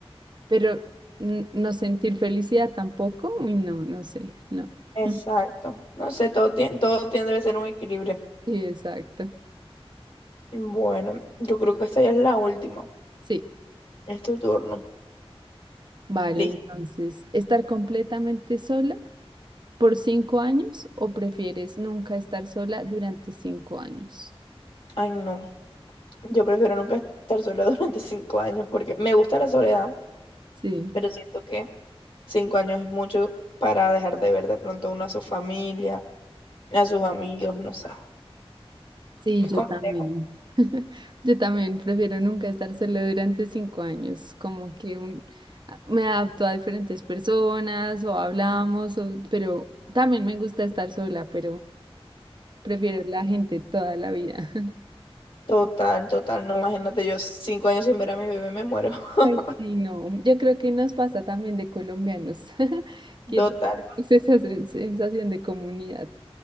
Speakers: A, on the right; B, on the left.
A: pero n- no sentir felicidad tampoco, uy, no, no sé, no.
B: Exacto.
A: <laughs>
B: No sé, todo tiene, todo tiene, debe ser un equilibrio.
A: Sí, exacto.
B: Bueno, yo creo que esta ya es la última.
A: Sí,
B: Es tu turno.
A: vale,
B: Listo.
A: entonces, ¿estar completamente sola por cinco años o prefieres nunca estar sola durante cinco años?
B: Ay, no. Yo prefiero nunca estar sola <laughs> durante cinco años porque me gusta la soledad,
A: Sí.
B: pero siento que cinco años es mucho para dejar de ver de pronto uno a su familia, a sus amigos, no sé.
A: Sí,
B: Es
A: yo
B: complejo.
A: también. <laughs> Yo también prefiero nunca estar sola durante cinco años, como que un- a- me adapto a diferentes personas o hablamos, o- pero también me gusta estar sola, pero prefiero la gente toda la vida. <laughs>
B: Total, total. No imagínate, yo cinco años sin ver a mi bebé me muero. <laughs>
A: Ay, sí, no, yo creo que nos pasa también de colombianos, <laughs> que
B: Total.
A: tenemos esa sen- sensación de comunidad.